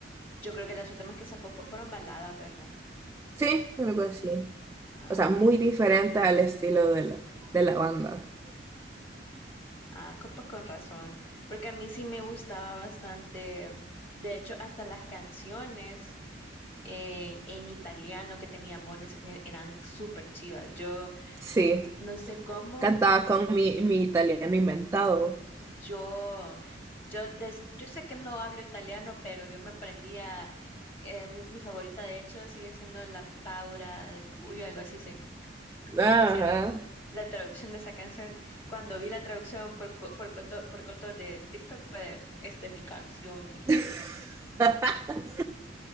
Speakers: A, on the left (about 30°); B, on the right (about 15°).
A: yo creo que las últimas que sacó fu- fueron baladas, ¿verdad?
B: Sí, algo así.
A: Ah,
B: O sea, muy diferente al estilo de la, de la banda.
A: ah, co- pues con razón, porque a mí sí me gustaba bastante, de hecho, hasta las canciones. eh, en italiano que tenía mones en- e, eran súper chivas. Yo
B: Sí,
A: no sé cómo,
B: cantaba con mi, mi italiano inventado.
A: yo, yo, des- yo sé que no hablo italiano, pero yo me aprendía, eh, mi, mi favorita de hecho sigue siendo la Paura del Buio, algo así se,
B: Ajá.
A: creo que se llama. La traducción de esa canción, cuando vi la traducción por, co- por, coto, por coto de TikTok fue de, esta es mi canción, dije.
B: <laughs>